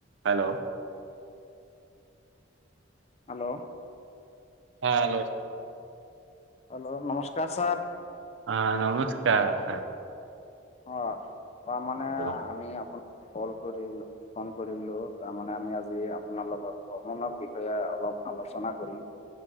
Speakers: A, on the right; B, on the left.
A: Hello.
B: Hello.
A: হ hello.
B: Hello নমস্কাৰ sir.
A: অ' নমস্কাৰ।
B: অ' তাৰমানে
A: অ
B: আমি অপোনাৰ কল কৰিলোঁ, ফ'ন কৰিলোঁ তাৰমানানে আমি আজি আপোনাৰ লগত ভ্ৰমণৰ বিষয়ে অলপ আলোচনা কৰিম।